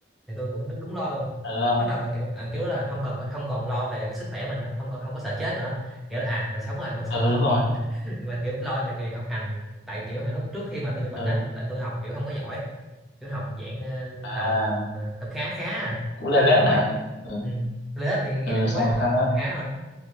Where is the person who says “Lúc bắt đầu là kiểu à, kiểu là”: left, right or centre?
Centre